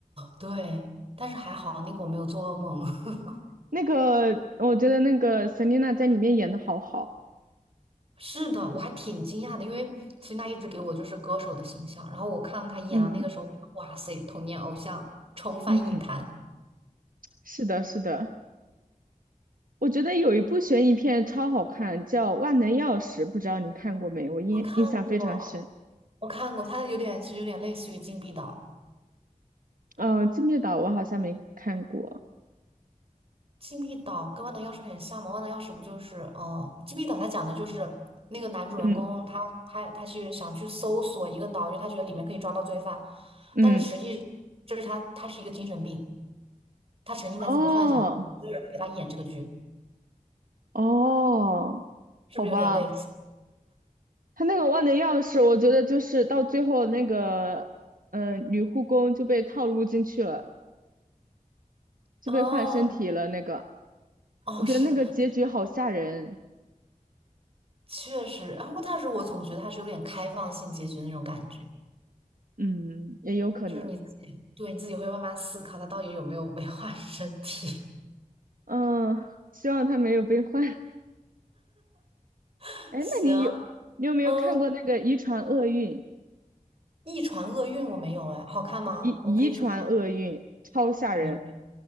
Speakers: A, on the right; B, on the right.
A: 对，但是还好那个我没有做噩梦。<laughs>
B: 那个我觉得那个 Selina 在里面演的好好，
A: 是的，我还挺惊讶的，因为孙娜一直给我就是歌手的形象，然后我看到她演的那个时候，
B: 嗯
A: 我就哇塞，童年偶像重返影坛。
B: 嗯，是的，是的。我觉得有一部悬疑片超好看，叫《万能钥匙》，不知道你看过没？我印印象非常深。
A: 我看过，我看过，她有点其实有点类似于《禁闭岛》。
B: 呃，《金密岛》我好像没看过。
A: 禁闭岛跟万能钥匙有点像吗？万能钥匙不就是，呃，禁闭岛它讲的就是那个男主人公他他他是想去搜索一个岛，
B: 嗯
A: 因为他觉得里面可以抓到罪犯，
B: 嗯，
A: 但是实际这是他他是一个精神病，他沉浸在自己的幻想，
B: 哦
A: 给他演这个剧，
B: 哦，
A: 是不是有点类似？
B: 好吧。他那个万能钥匙，我觉得就是到最后那个，嗯、女护工就被套路进去了，就被换身体了。
A: 哦，
B: 那个，
A: 哦，
B: 我觉得那个结局好吓人，
A: 是的，确实。然后，但是我总觉得他是有点开放性结局的那种感觉，
B: 嗯，也有可能，
A: 就是你自己，对，你自己会慢慢思考它到底有没有危害身体。
B: 嗯、希望他没有被换。<laughs>
A: <laughs>
B: 哎，
A: 行，
B: 那你有你有没有看过那个《遗传厄运》？
A: 嗯。《一船厄运》我没有哎，好看吗？
B: 遗遗传厄运超吓人，
A: 我可以去看。你